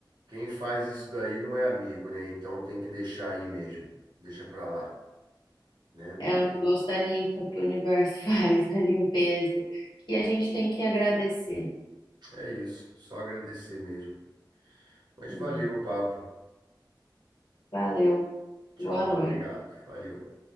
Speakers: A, on the right; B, on the left.
A: Quem faz isso daí não é amigo, né? Então tem que deixar aí mesmo. Deixa pra lá, né?
B: É o negócio da limpa que o universo <laughs> faz, a limpeza, que a gente tem que agradecer.
A: É isso. Só agradecer mesmo. Mas
B: Hum,
A: valeu o papo.
B: Valeu.
A: Tchau,
B: Boa noite.
A: obrigado. Valeu.